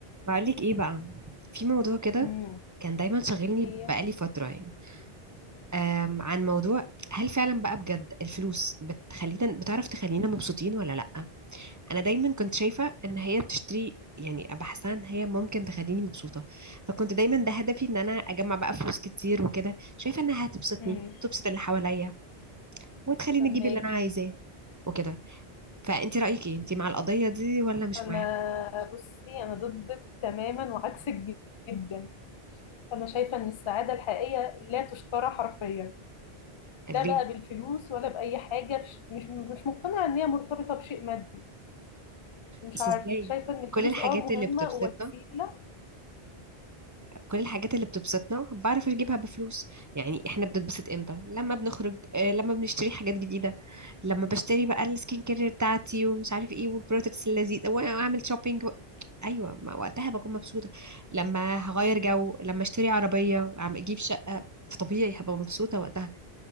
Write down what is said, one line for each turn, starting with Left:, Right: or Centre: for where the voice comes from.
Right: بقولك ايه بقى في موضوع كده
Left: امم
Right: كان دايما شاغلني
Left: هي
Right: بقالي فترة يعني أم عن موضوع هل فعلا بقى بجد الفلوس بتخلينا بتعرف تخلينا مبسوطين ولا لأ أنا دايما كنت شايفة إن هي بتشتري يعني بحسها إن هي ممكن تخليني مبسوطة فكنت دايما ده هدفي إن أنا أجمع بقى فلوس كتير وكده شايفة إنها هتبسطني
Left: امم
Right: تبسط اللي حواليا وتخليني
Left: فهماكي
Right: أجيب اللي أنا عايزاه وكده فأنت رأيك ايه أنت مع القضية دي ولا مش
Left: انا
Right: معاها
Left: بصي انا ضدك تماما وعكسك جدا انا شايفه ان السعاده الحقيقيه لا تشترى حرفيا
Right: ليه
Left: لا بقى بالفلوس ولا باي حاجه مش مش مش مقتنعه ان هي مرتبطه بشيء مادي مش
Right: بس
Left: عارف
Right: ازاي
Left: شايفه ان الفلوس
Right: كل الحاجات
Left: اه مهمه
Right: اللي بتبسطنا
Left: ووسيله
Right: كل الحاجات اللي بتبسطنا بعرف اجيبها بفلوس يعني احنا بنتبسط امتى لما بنخرج آه، لما بنشتري حاجات جديدة لما بشتري بقى السكين كير بتاعتي ومش عارف ايه والبرودكتس اللذيذة واعمل شوبينج ايوه ما وقتها بكون مبسوطة لما هغير جو لما اشتري عربية وعم اجيب شقة فطبيعي هبقى مبسوطة وقتها